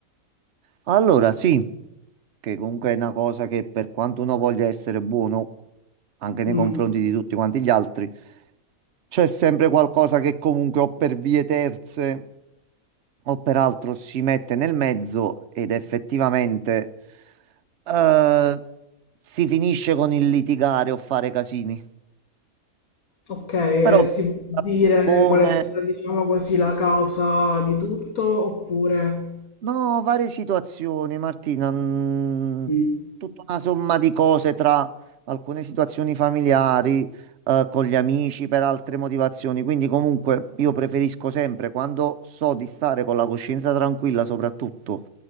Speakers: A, on the right (about 55°); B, on the left (about 75°).
A: Allora, sì, che comunque è una cosa che per quanto uno voglia essere buono, anche nei
B: Mm.
A: confronti di tutti quanti gli altri, c'è sempre qualcosa che comunque o per vie terze o peraltro si mette nel mezzo ed effettivamente eh, si finisce con il litigare o fare casini.
B: Ok, e
A: Però
B: si può dire
A: come
B: qual è stata, diciamo così, la causa di tutto, oppure...
A: No, varie situazioni, Martina. mm,
B: Mm.
A: tutta una somma di cose tra alcune situazioni familiari, eh, con gli amici, per altre motivazioni. Quindi, comunque, io preferisco sempre quando so di stare con la coscienza tranquilla, soprattutto,